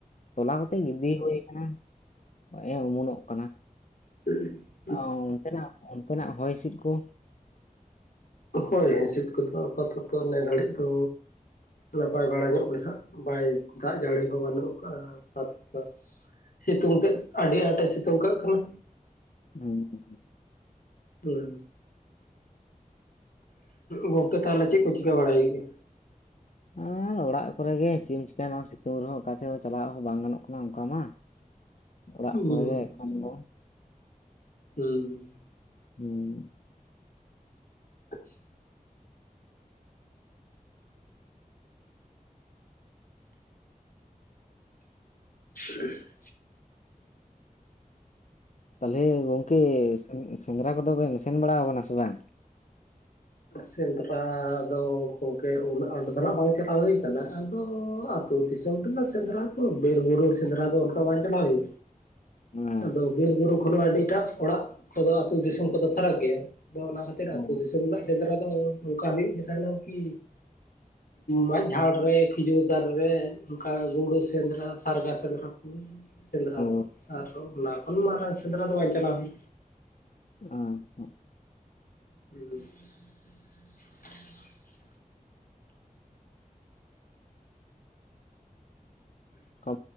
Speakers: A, on the left; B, on the left.
A: ᱛᱚᱞᱟ ᱛᱮ ᱜᱤᱫᱤ ᱦᱩᱭ ᱟᱠᱟᱱᱟ ᱦᱮᱸ ᱚᱢᱚᱱᱚᱜ ᱠᱟᱱᱟ
B: <unintelligible>
A: ᱚ ᱚᱱᱛᱮᱱᱟᱜ ᱚᱱᱛᱮᱱᱟᱜ ᱦᱚᱭ ᱦᱤᱥᱤᱫ ᱠᱩ
B: ᱦᱳᱭ ᱦᱤᱸᱥᱤᱫ ᱠᱚᱫᱚ ᱟᱯᱟᱛᱚᱛᱚ ᱱᱚᱱᱮ ᱜᱷᱟᱹᱲᱤᱡ ᱫᱚ ᱱᱟᱯᱟᱭ ᱵᱟᱲᱟ ᱧᱚᱜ ᱜᱮ ᱱᱟᱜ ᱵᱟᱭ ᱫᱟᱜ ᱡᱟᱹᱲᱤ ᱦᱚᱸ ᱵᱟᱹᱱᱩᱜ ᱟᱠᱟᱫᱟᱼᱟ ᱥᱤᱛᱩᱝ ᱛᱮ ᱟᱹᱰᱤ ᱟᱸᱴ ᱮ ᱥᱤᱛᱩᱝ ᱠᱟᱜ ᱠᱟᱱᱟ᱾
A: ᱦᱩᱸ
B: ᱦᱩᱸ ᱜᱚᱝᱠᱮ ᱛᱟᱦᱚᱞᱮ ᱪᱮᱫ ᱠᱚ ᱪᱤᱠᱟᱹ ᱵᱟᱲᱟᱭ ᱦᱩᱭᱩᱜ ᱜᱮᱭᱟ
A: ᱟᱨ ᱚᱲᱟᱜ ᱠᱚᱨᱮ ᱜᱮ ᱪᱮᱫ ᱮᱢ ᱪᱤᱠᱟᱭᱟ ᱱᱚᱣᱟ ᱥᱤᱛᱩᱝ ᱨᱮᱦᱚᱸ ᱚᱠᱟᱥᱮᱫ ᱦᱚᱸ ᱪᱟᱞᱟᱜ ᱦᱚᱸ ᱵᱟᱝ ᱜᱟᱱᱚᱜ ᱠᱟᱱᱟ ᱚᱱᱠᱟ ᱢᱟ᱾ ᱚᱲᱟᱜ
B: ᱦᱩᱸ
A: ᱠᱚᱨᱮ ᱜᱮ ᱮᱠᱷᱚᱱ ᱫᱚ᱾
B: ᱦᱩᱸ
A: ᱦᱩᱸ
B: ᱟᱪᱪᱷᱟ <unintelligible>
A: ᱛᱟᱦᱚᱞᱮ ᱜᱚᱝᱠᱮ ᱥᱮᱸᱫᱽᱨᱟ ᱠᱚᱫᱚ ᱵᱮᱱ ᱥᱮᱱ ᱵᱟᱲᱟ ᱟᱠᱟᱱᱟ ᱥᱮ ᱵᱟᱝ?
B: ᱥᱮᱸᱫᱽᱨᱟ ᱫᱚ ᱜᱚᱢᱠᱮ ᱩᱱᱟᱹᱜ ᱟᱸᱴ ᱫᱚ ᱵᱟᱝ ᱪᱟᱞᱟᱣ ᱦᱩᱭ ᱠᱟᱱᱟ᱾ ᱟᱫᱚ ᱛᱚ ᱫᱤᱥᱚᱢ ᱨᱮᱱᱟᱜ ᱥᱮᱸᱫᱽᱨᱟ ᱫᱚ ᱵᱩᱨᱩ ᱥᱮᱸᱫᱽᱨᱟ ᱫᱚ ᱚᱱᱠᱟ ᱵᱟᱝ ᱪᱟᱞᱟᱣ ᱦᱩᱭ
A: <unintelligible>
B: ᱟᱫᱚ ᱵᱤᱨ ᱵᱩᱨᱩ ᱠᱷᱚᱱ ᱦᱚᱸ ᱟᱹᱰᱤᱴᱟᱜ ᱚᱲᱟᱜ ᱠᱚᱫᱚ ᱟᱹᱛᱩ ᱫᱤᱥᱚᱢ ᱠᱚᱫᱚ ᱯᱷᱟᱨᱟᱠ ᱜᱮᱭᱟ ᱟᱫᱚ ᱚᱱᱟ ᱠᱷᱟᱹᱛᱤᱨ ᱟᱹᱛᱩ
A: ᱚ
B: ᱫᱤᱥᱚᱢ ᱨᱮᱱᱟᱜ ᱥᱮᱸᱫᱽᱨᱟ ᱫᱚ ᱚᱱᱠᱟ ᱦᱩᱭᱩᱜ ᱜᱮ ᱛᱟᱦᱮᱸᱱᱟ ᱠᱤ ᱢᱟᱜ ᱡᱷᱟᱲ ᱨᱮ ᱠᱷᱤᱡᱩᱨ ᱫᱟᱨᱮ ᱨᱮ ᱚᱱᱠᱟ ᱜᱩᱰᱩ ᱥᱮᱸᱫᱽᱨᱟ ᱥᱟᱨᱜᱟ ᱥᱮᱸᱫᱽᱨᱟ ᱥᱮᱸᱫᱽᱨᱟ
A: ᱚ
B: ᱫᱚ ᱟᱨ ᱚᱱᱟ ᱠᱷᱚᱱᱟᱝ ᱢᱟᱨᱟᱝ ᱥᱮᱸᱫᱽᱨᱟ ᱫᱚ ᱵᱟᱝ ᱪᱟᱞᱟᱣ ᱦᱩᱭ
A: ᱟᱪᱪᱷᱟ
B: ᱦᱮᱸ <unintelligible>
A: ᱚᱱᱠᱟ